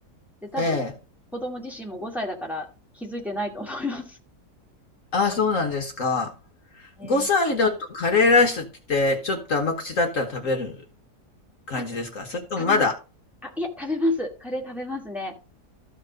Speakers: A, in the centre; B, on the left (about 50°).
A: で、多分、
B: ええ。
A: 子供自身も5歳だから気づいてないと思います。
B: ああ、そうなんですか。
A: えー、
B: 5歳だとカレーライスって言ってちょっと甘口だったら食べる感じですか？
A: あ、
B: それともまだ
A: 食べま、あ、いや食べます。カレー食べますね。